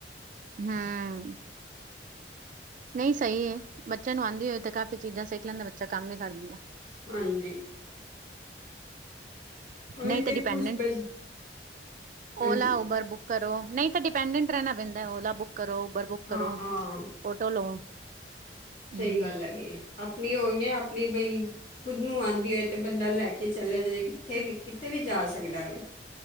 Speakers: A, on the right; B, on the left.
A: ਹਮ ਨਹੀਂ ਸਹੀ ਏ, ਬੱਚਿਆਂ ਨੂੰ ਆਂਦੀ ਹੋਏ ਤਾਂ ਕਾਫ਼ੀ ਚੀਜ਼ਾਂ ਸਿੱਖ ਲੈਂਦਾ ਬੱਚਾ ਕੰਮ ਵੀ ਕਰ ਦਿੰਦਾ।
B: ਹਾਂਜੀ। ਉਹੀ
A: ਨਹੀਂ
B: ਤੇ
A: ਤਾਂ ਡਿਪੈਂਡੈਂਟ,
B: ਕੁਛ ਬਈ
A: ਓਲਾ
B: ਹਾਂਜੀ।
A: ਉਬਰ ਬੁੱਕ ਕਰੋ ਨਹੀਂ ਤਾਂ ਡਿਪੈਂਡੈਂਟ ਰਹਿਣਾ ਪੈਂਦਾ ਓਲਾ ਬੁੱਕ ਕਰੋ ਉਬਰ ਬੁੱਕ
B: ਹਾਂ
A: ਕਰੋ, ਓਟੋ ਲਓ। ਹੂੰ
B: ਸਹੀ ਗੱਲ ਹੈਗੀ, ਆਪਣੀ ਹੋਈਆਂ ਆਪਣੀ ਬਈ ਖੁਦ ਨੂੰ ਆਂਦੀ ਹੋਏ ਤੇ ਬੰਦਾ ਲੈ ਕੇ ਚਲਿਆ ਜਾਏ ਕਿੱਥੇ ਵੀ ਕਿਤੇ ਵੀ ਜਾ ਸਕਦਾ ਵਾ।